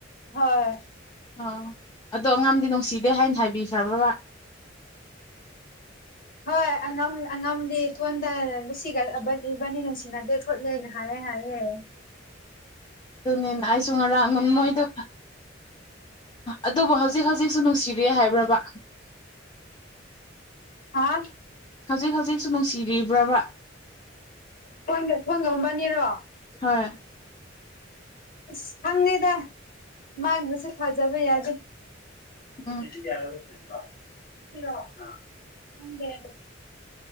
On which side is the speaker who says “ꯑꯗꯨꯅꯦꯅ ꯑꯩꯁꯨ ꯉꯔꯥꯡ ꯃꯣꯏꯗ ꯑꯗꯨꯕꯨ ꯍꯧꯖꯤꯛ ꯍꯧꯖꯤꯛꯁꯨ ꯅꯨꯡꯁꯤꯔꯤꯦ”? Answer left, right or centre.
Left